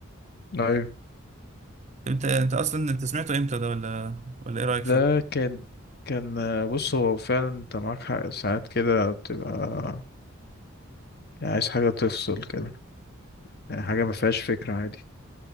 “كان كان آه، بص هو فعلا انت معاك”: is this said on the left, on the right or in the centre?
Left